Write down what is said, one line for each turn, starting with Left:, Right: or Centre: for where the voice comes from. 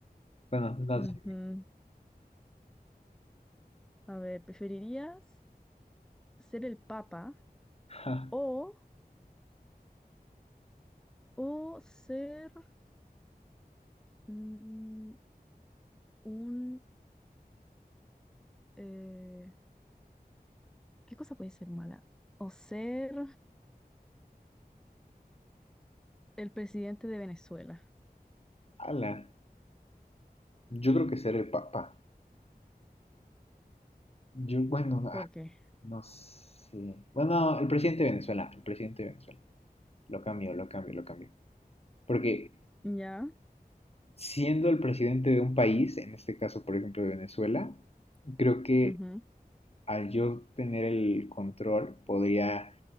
Left: Bueno, no
Centre: Ujú.
Left: sé.
Centre: A ver, ¿preferirías ser el papa
Left: Ja,
Centre: o, o ser mm, un... eh, ¿Qué cosa puede ser mala? O ser el presidente de Venezuela.
Left: ala, yo creo que ser el papa. Yo, bueno,
Centre: ¿Por
Left: ah,
Centre: qué?
Left: no sé. Bueno, el presidente de Venezuela, el presidente de Venezuela. Lo cambio, lo cambio, lo cambio. Porque
Centre: Ya.
Left: siendo el presidente de un país, en este caso, por ejemplo, de Venezuela, creo que
Centre: ujú,
Left: al yo tener el control podría